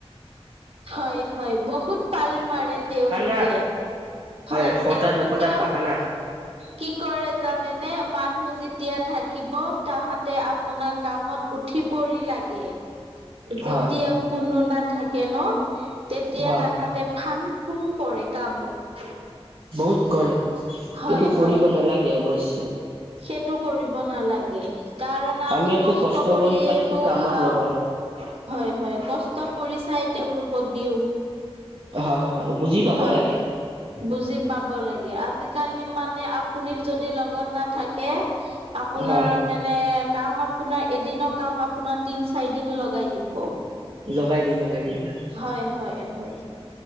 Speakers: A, on the right; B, on the right.
A: হয় হয় বহুত পাল
B: এশটা
A: মাৰে তেওঁলোকে
B: বাহানা
A: হয়
B: এশটা
A: তেওঁলোকে
B: দুশটা বাহানা
A: কি কৰে জানেনে মানুহ যেতিয়া থাকিব। তাহাঁতে আপোনাৰ কামত উঠি পৰি লাগে যেতিয়াও
B: হয়
A: কোনো নাথাকে ন তেতিয়া
B: হয়
A: তাহাঁতে ফাং-ফুং কৰে কামত
B: বহুত কৰে কিন্তু
A: হয় হয়
B: কৰিব নালাগে অৱশ্যে
A: সেইটো কৰিব নালাগে কাৰণ আমি
B: আমিওতো
A: কষ্ট কৰিয়েটো
B: কৰি পালেতো কামত
A: খাওঁ।
B: লগাও
A: হয় হয় কষ্ট পৰি চাই তেওঁলোকক দিওঁ
B: হয় হয় বুজি পাব
A: হয়
B: লাগে।
A: বুজি পাব লাগে আজিকালি মানে আপুনি যদি লগত না থাকে আপোনাৰ
B: হয়
A: মানে কাম আপোনাৰ এদিনৰ কাম আপোনাৰ তিন চাৰি দিন লগাই দিব।
B: লগাই দিয়ে লগাই দিয়ে।
A: হয় হয় হয়।